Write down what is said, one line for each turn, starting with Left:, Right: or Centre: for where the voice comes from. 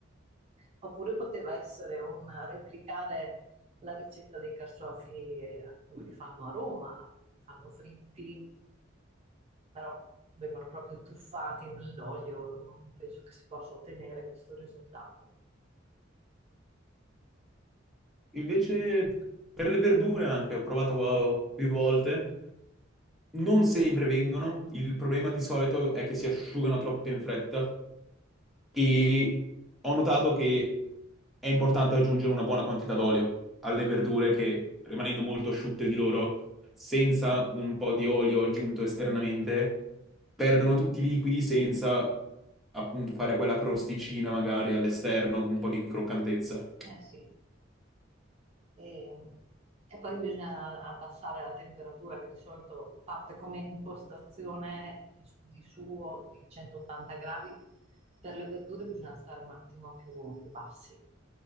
Right: Oppure poteva essere un replicare la ricetta dei carciofi eh, come li fanno a Roma, li fanno fritti, però vengono proprio tuffati nell'olio, non non penso che si possa ottenere questo risultato.
Centre: Invece per le verdure anche, ho provato qua più volte, non sempre vengono, il problema di solito è che si asciugano troppo in fretta E ho notato che è importante aggiungere una buona quantità d'olio alle verdure che, rimanendo molto asciutte di loro, senza un po' di olio aggiunto esternamente, perdono tutti i liquidi senza appunto fare quella crosticina magari all'esterno, con un po' di croccantezza.
Right: Eh sì. E, e poi bisogna abbassare la temperatura che di solito parte come impostazione di suo di 180 gradi. Per le verdure bisogna stare un attimo più, più bassi,